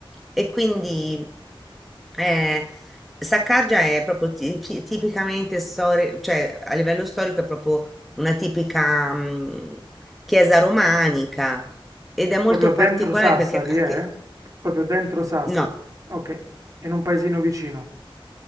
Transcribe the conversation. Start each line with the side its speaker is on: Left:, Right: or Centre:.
Centre: E quindi eh, Saccargia è proprio ti- ti- tipicamente storia, cioè a livello storico è proprio una tipica mm, chiesa romanica ed è molto
Right: Proprio dentro
Centre: particolare
Right: Sassari,
Centre: perché anche,
Right: eh? Proprio dentro Sassari.
Centre: no,
Right: Ok, in un paesino vicino.